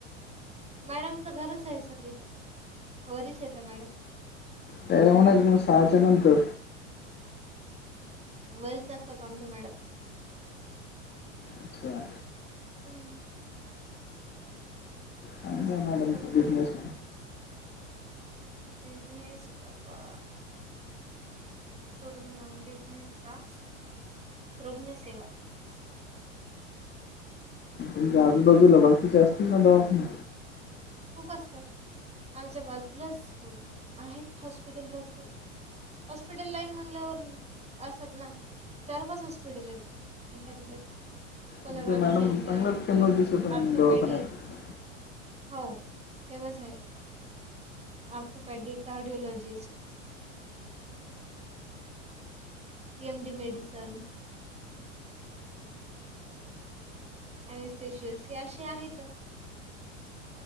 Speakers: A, on the right; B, on the left.
A: मॅडमच घरच आहे सध्या हित, वरीच आहेत मॅडम
B: त्यायला म्हणायच मग सहाच्या नंतर
A: वरिच असतात आमच्या मॅडम.
B: अच्छा.
A: हम्म.
B: चांगलं
A: कसं
B: आहे मॅडम
A: कसं जमणार
B: तो बिझनेस
A: आहे बिजनेस बापा सोडून मॅडम बिझनेस का रुग्णसेवा
B: तुमच्या, आजूबाजूला बाकीचे असतील ना दवाखाने
A: खूप असतात आमच्या बाजूलाच आहेत हॉस्पिटल भरपूर हॉस्पिटल लाईन म्हणल्यावर, असतात ना चार पाच हॉस्पिटल येतं एखाच्या सोनोग्राफी
B: तुमच्या मॅडम
A: सेंटर
B: चांगलाच फेमस दिसत आहे
A: आर्थोपॅडिक
B: दवाखान्यात
A: हो फेमस आहे आर्थोपॅडी कार्डिओलॉजिस्ट एम डी मेडिसन अनस्शियस हे असे आहेत